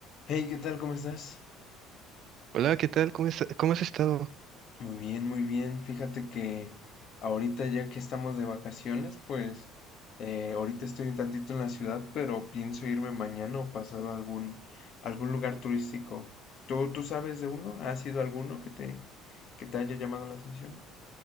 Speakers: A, on the left; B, on the right.
A: Hey, ¿qué tal? ¿Cómo estás?
B: Hola, ¿qué tal? ¿Cómo está- cómo has estado?
A: Muy bien, muy bien. Fíjate que ahorita ya que estamos de vacaciones, pues eh, ahorita estoy un tantito en la ciudad, pero pienso irme mañana o pasado a algún, algún lugar turístico. ¿Tú, tú sabes de uno? ¿Has ido a alguno que te, que te haya llamado la atención?